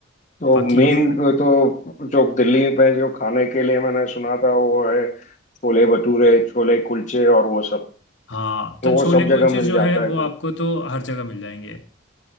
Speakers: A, on the left; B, on the left.
A: तो
B: बाकी
A: मेन तो जो दिल्ली में जो खाने के लिए मैंने सुना था वो है छोले भटूरे छोले कुलचे और वो सब
B: हाँ
A: तो
B: तो
A: वो
B: छोले
A: सब जगह
B: कुलचे
A: मिल
B: जो
A: जाता
B: है वो
A: है तो
B: आपको तो हर जगह मिल जाएंगे uh,